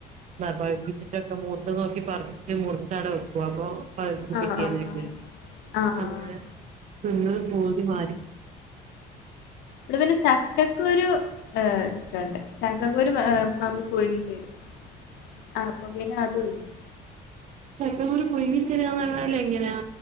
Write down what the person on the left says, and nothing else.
ആഹ് ആഹ് ആഹ് ആഹ്
ഇവടെ പിന്നെ ച ക്കക്കൂരു ഏഹ് ഇഷ്ട്ടണ്ട് ചക്കക്കൂരു മമ്മി പുഴുങ്ങിത്തരും ആഹ് അപ്പൊ പിന്നെ അതും <unintelligible>